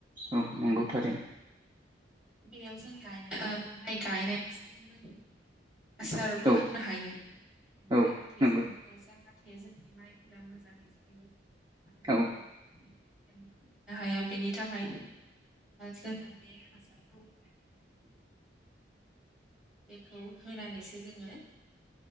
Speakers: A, in the centre; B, on the right.
A: फोमोनहानै
B: औ नंगौ
A: जोङो
B: थारैनो
A: बेयाव जों गायनो माइ गाय सिगोन जों आसारबो
B: औ
A: होनो हायो
B: औ
A: जाहाथे
B: नंगौ
A: जों जाहाथे जोंनि माइफोरा मोजाङै जायो आरो
B: औ
A: बेनो नो हाया बेनि थाखाय जोङो बे हासारखौ बेखौ होनानैसो जोङो